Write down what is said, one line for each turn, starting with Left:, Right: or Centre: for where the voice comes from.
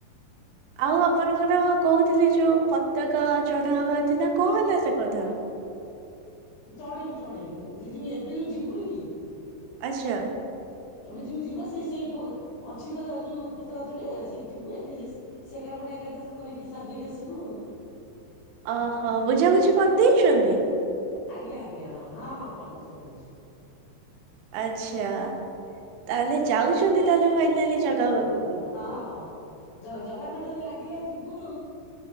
Right: ଆଉ ଆପଣଙ୍କର କହୁଥିଲି ଯୋଉ ପତାକା ଚଢା ହବାରଥିଲା କଣ ହେଲା ସେ କଥା
Left: ଚଢେଇବୁ ଚଢେଇବୁ ସେ ଯୋଉ ଏବେ ଯୋଉ ଯିବୁନୁ କି?
Right: ଆଛ।
Left: ଏବେ ଯୋଉ ଯିବା ସେଇ ସେଇ ଫୋ ଅଛି ତ ଯଉ ଯୋଉ ପତାକା ଯୁଡେ ସେଇ ଯିବୁ ଏକ ସେ କାମଟା ଏକାଥରେ କରିକି ସାରିଦେଇକି ଆସିବୁ ଆଉ।
Right: ଓହୋ ବୁଝାବୁଝି କରିଦେଇଛନ୍ତି।
Left: ଆଜ୍ଞା ଆଜ୍ଞା ହଁ ହଁ ହଁ କରିଦେଇଛୁ କରିଦେଇଛୁ।
Right: ଆଛା ତାହେଲେ ଯାଉଛନ୍ତି ତାହେଲେ ଫାଇନାଲି ଜଗା ପାଖକୁ।
Left: ଅ ହଁ ହଁ। ଜଗା ଙ୍କ ଡୋରି ଲାଗିଲେ ଯିବୁ ଆଉ।